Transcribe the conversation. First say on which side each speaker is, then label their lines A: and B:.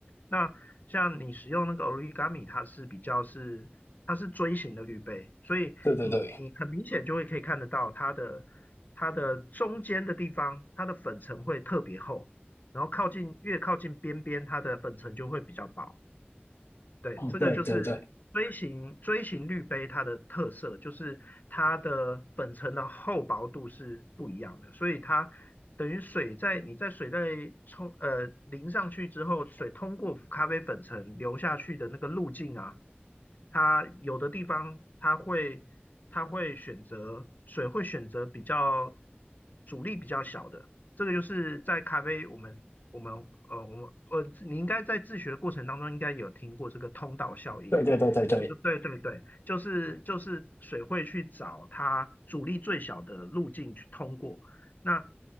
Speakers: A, on the left; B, on the left.
A: 那像你使用那个 origami，它是比较是它是锥形的滤杯，所以你你很明显就会可以看得到它的它的中间的地方，
B: 对对对，
A: 它的粉层会特别厚。然后靠近越靠近边边，它的粉尘就会比较薄。对，
B: 嗯，
A: 这个就是锥形锥形滤杯它的特色，
B: 对对对，
A: 就是它的粉尘的厚薄度是不一样的，所以它等于水在你在水在冲呃淋上去之后，水通过咖啡粉层流下去的那个路径啊，它有的地方它会它会选择水会选择比较阻力比较小的，这个就是在咖啡我们我们呃我们呃你应该在自学的过程当中应该有听过这个通道效应。
B: 对对对对对，
A: 对对对，就是就是水会去找它阻力最小的路径去通过，那